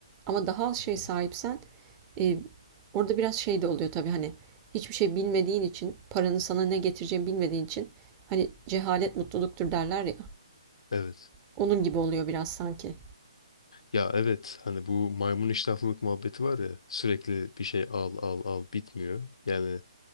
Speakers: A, on the right; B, on the left.
A: Ama daha az şey
B: Hı
A: sahipsen
B: hı.
A: e, orada biraz şey de oluyor tabii hani hiçbir şey bilmediğin için paranın sana ne getireceğini bilmediğin için hani cehalet mutluluktur derler ya.
B: Evet.
A: Onun gibi oluyor biraz sanki.
B: Ya evet hani bu maymun iştahlılık muhabbeti var ya sürekli bir şey al al al bitmiyor. Yani